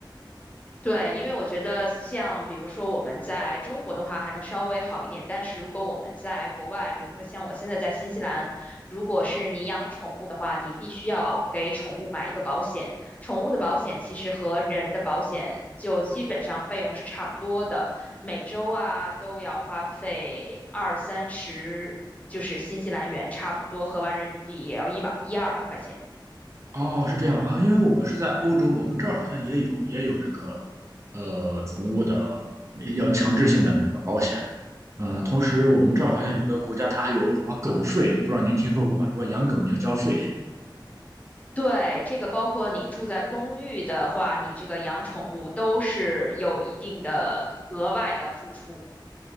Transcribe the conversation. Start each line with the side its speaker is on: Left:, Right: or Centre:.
Left: 对，因为我觉得像比如说我们在中国的话还能稍微好一点，但是如果我们在国外，比如说像我现在在新西兰，如果是你养宠物的话，你必须要给宠物买一个保险。宠物的保险其实和人的保险就基本上费用是差不多的，每周啊都要花费二三十，就是新西兰元差不多，合完人民币也要一百一二百块钱。
Right: 哦，是这样啊，因为我是在欧洲，我们这儿好像也有也有这个呃宠物的要强制性的那个保险。呃，同时我们这儿好像有的国家它还有什么狗税，不知道您听说过吧？如果养狗你要交税。
Left: 对，这个包括你住在公寓的话，你这个养宠物都是有一定的额外的付出。